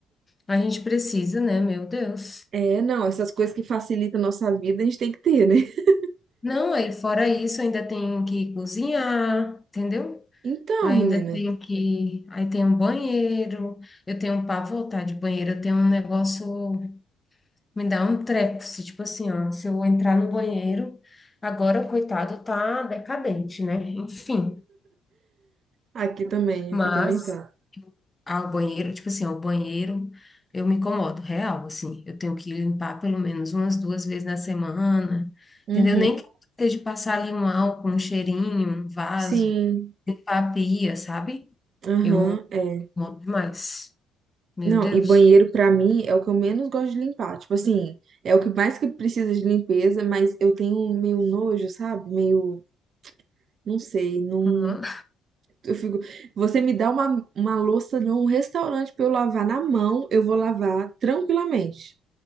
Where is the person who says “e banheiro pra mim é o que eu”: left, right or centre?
Right